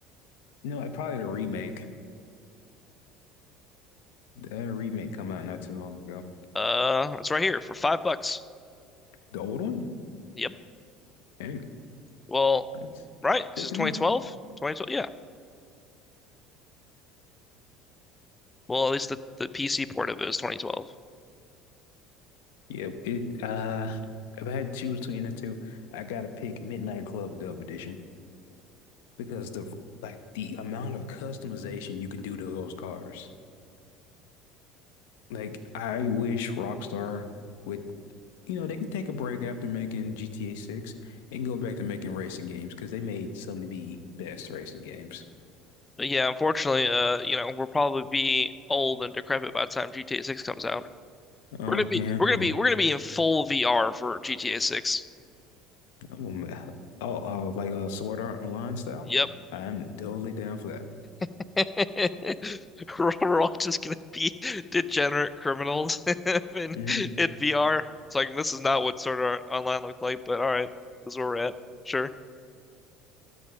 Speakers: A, on the left (about 80°); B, on the left (about 15°).
A: No, it- probably the remake. The remake come out not too long ago.
B: Uh, it's right here for five bucks.
A: The old one?
B: Yep.
A: Dang,
B: Well,
A: that's
B: right, 'cause
A: good
B: it's
A: to
B: 2012?
A: know.
B: 2012, yeah. Well, at least the, the PC port of it is 2012.
A: Yeah, it uh if I had to choose between the two, I gotta pick Midnight Club Dub Edition because the like the amount of customization you can do to those cars. Like I wish Rockstar would, you know, they can take a break after making GTA 6 and go back to making racing games because they made some of the best racing games.
B: But yeah, unfortunately, uh, you know, we'll probably be old and decrepit by the time GTA 6 comes out.
A: Oh
B: We're gonna be,
A: yeah,
B: we're gonna
A: yeah.
B: be, we're gonna be in full VR for GTA 6.
A: Oh, man. oh, oh, like a Sword Art Online style.
B: Yep.
A: I'm totally down for that.
B: <laughs> We're we're all just gonna be degenerate criminals <laughs>
A: <laughs>
B: in
A: Mhm.
B: in VR. It's like this is not what sort of Online looked like, but all right, this is where we're at. Sure,